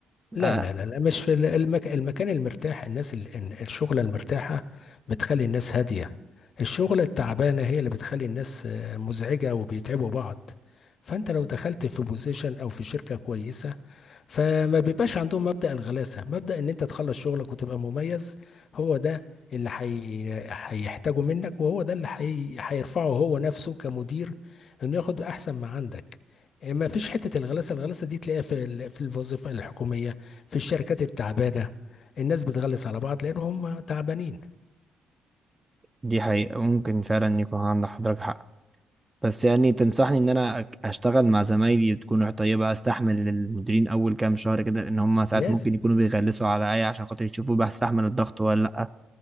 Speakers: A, on the left; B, on the right.
A: لا،
B: آه
A: لا، لا، لا، مش في ال المك المكان المرتاح الناس ال ال الشُغلة المرتاحة بتخلّي الناس هادية، الشُغلة التعبانة هي اللي بتخلّي الناس آه، مزعجة وبيتعبوا بعض، فأنت لو دخلت في position أو في شركة كويسة فما بيبقاش عندهم مبدأ الغلاسة مبدأ ان انت تخلص شغلك وتبقى مميز هو ده اللي حي... هيحتاجه منك وهو ده اللي حي... هيرفعه هو نفسه كمدير انه ياخد احسن ما عندك ما فيش حتة الغلاسة الغلاسة دي تلاقيها في ال... في الوظيفة الحكومية في الشركات التعبانة الناس بتغلس على بعض لان هم تعبانين
B: دي حقيقة ممكن فعلا يكون عند حضرتك حق بس يعني تنصحني ان انا أك- اشتغل مع زمايلي تكون طيبة استحمل المديرين اول كام شهر كده لان هم ساعات
A: لازم
B: ممكن يكونوا بيغلسوا عليا عشان خاطر يشوفوا بستحمل الضغط ولا لا